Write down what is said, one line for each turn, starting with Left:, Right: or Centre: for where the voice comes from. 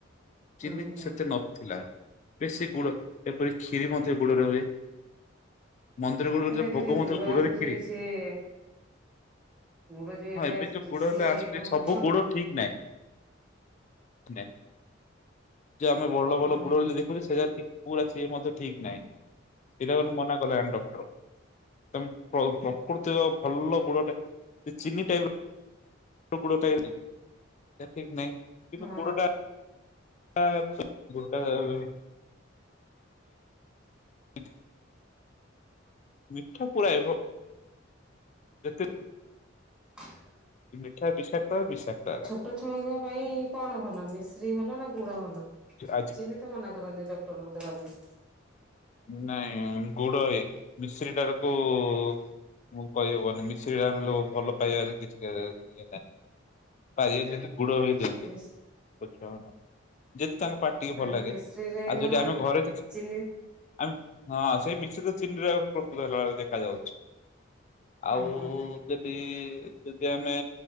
Centre: ହୁଁ
Left: ଚିନି
Centre: ହୁଁ
Left: ସେତେ ନଥିଲା। ବେଶୀ ଗୁଡ଼ ଏପରି କ୍ଷୀରି ମଧ୍ୟ ଗୁଡ଼ରେ ହୁଏ। ମନ୍ଦିର ଗୁଡ଼ଗଜ
Centre: ତାପରେ ଏବେ
Left: ଭୋଗ
Centre: ଯୋଉ
Left: ମଧ୍ଯ
Centre: ଗୁଡ
Left: ଗୁଡ଼ରେ
Centre: ଆସୁଛି
Left: ଖିରି।
Centre: ସିଏ ଗୁଡ ଯୋଉ
Left: ହଁ ଏବେ
Centre: ଆସୁଛି
Left: ଯୋଉ ଗୁଡ଼
Centre: ସିଏ
Left: ହେଲେ ଆସୁଚି
Centre: କଣ
Left: ସବୁ
Centre: ଭଲ
Left: ଗୁଡ଼ ଠିକ୍ ନାହିଁ। ନେଁ ଯେ ଆମେ ଭଲ ଭଲ
Centre: ହଁ
Left: ପୁଡ଼ ବୋଲି ଦେଖୁଛେ ସେୟା ଟି ପୁରା ସିଏ ମଧ୍ୟ ଠିକ୍ ନାହିଁ ଇଧା କଲୁ ମନା କଲେ ଆନ୍ ଡ଼କ୍ଟର ତମେ ପ୍ର ପ୍ରକୃତିର ଭଲ ଗୁଡ଼ଟା ଏ ଚିିନି ଟାଇପିର ଗୁଡ଼ଟା ଏମିତି ସେ ଠିକ ନାହିଁ କିନ୍ତୁ
Centre: ହଁ।
Left: ଗୋଡ଼ଟା ଟା ଗୋଡ଼ଟା ଓ ଆଁଛ ମିଠା ପୁଳାଏ ଭ ଏତେ
Centre: <unintelligible> ହଁ
Left: ମିଠା ବିଷାକ୍ତ ବିଷାକ୍ତ ଏଟା
Centre: ତୋ ଛୁଆଁଙ୍କ ପାଇଁ କଣ ଭଲ ମିଶ୍ରୀ ଭଲ ନା ଗୁଡ଼ ଭଲ
Left: ଆଜି
Centre: ଚିନି ତ ମନା କରନ୍ତି ଡ଼କ୍ଟରରୁ ଦବା ପାଇଁ
Left: ନାଇଁ ଗୁଡ଼ଏ ମିଶ୍ରିଟାକୁ ଉ ମୁଁ କହିହବନି ମିଶ୍ରୀରେ ଆମେ ଲୋ ଭଲ ପାଇବା ହେଲେ କିଛି କେରାଏ ଏନାଁ ପାରିବେ ଯଦି ଗୁଡ଼ ହିଁ ଦିଅନ୍ତି।
Centre: ମିସ୍
Left: ଛୋଟ ଛୁଆ ଯଦି ତାଙ୍କ ପାଟି କି
Centre: ମାନେ
Left: ଭଲ ଲାଗେ
Centre: ମିଶ୍ରିରେ
Left: ଆଉ
Centre: କଣ
Left: ଯଦି ଆମେ ଘରେ କି
Centre: ଚିନି
Left: ଆମ ହଁ ସେଇ ମିଶ୍ରି ଚିନି ରେ ପ୍ରସ୍ତୁତ ହେଲାବେଳେ ଦେଖା ଯାଉଛି। ଆଉ
Centre: ଓହୋ
Left: ଯଦି ଯଦି ଆମେ